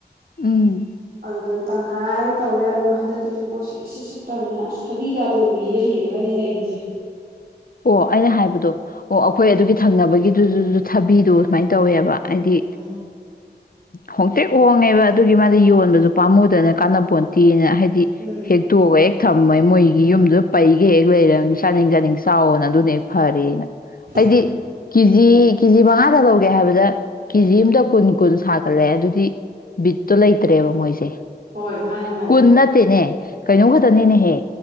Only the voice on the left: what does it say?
ꯎꯝ
ꯑꯣ ꯑꯩꯅ ꯍꯥꯏꯕꯗꯣ ꯑꯣ ꯑꯩꯈꯣꯏ ꯑꯗꯨꯒꯤ ꯊꯪꯅꯕꯒꯤꯗꯨꯗꯨ ꯊꯥꯕꯤꯗꯣ ꯁꯨꯃꯥꯏꯅ ꯇꯧꯋꯦꯕ ꯍꯥꯏꯗꯤ
ꯍ ꯍꯦꯛ ꯍꯣꯡꯉꯦꯕ ꯑꯗꯨꯒꯤ ꯃꯥꯗꯤ ꯌꯣꯟꯕꯁꯨ ꯄꯥꯝꯃꯨꯗꯅ ꯀꯥꯟꯅꯕ ꯄꯣꯟꯇꯤꯅ ꯍꯥꯏꯗꯤ
ꯍꯦꯛꯇꯒ ꯍꯦꯛ ꯊꯝꯃꯦ ꯃꯣꯏꯒꯤ ꯌꯨꯝꯗꯨꯗ ꯄꯩꯒ ꯍꯦꯛ ꯂꯩꯔꯅꯤ ꯆꯥꯅꯤꯡ ꯆꯥꯅꯤꯡ ꯆꯥꯎꯅ ꯑꯗꯨꯅꯦ ꯐꯔꯦꯅ ꯑꯩꯗꯤ
ꯀꯤ ꯖꯤ ꯀꯤꯖꯤ ꯃꯉꯥꯗ ꯂꯧꯒꯦ ꯍꯥꯏꯕꯗ ꯀꯤꯖꯤ ꯑꯝꯗ ꯀꯨꯟ ꯀꯨꯟ ꯁꯥꯒꯠꯂꯦ ꯑꯗꯨꯗꯤ ꯕꯤꯠꯇꯣ ꯂꯩꯇ꯭ꯔꯦꯕ ꯃꯣꯏꯁꯦ
ꯀꯨꯅ ꯅꯠꯇꯦꯅꯦ ꯀꯩꯅꯣ ꯈꯛꯇꯅꯤꯅꯦꯍꯦ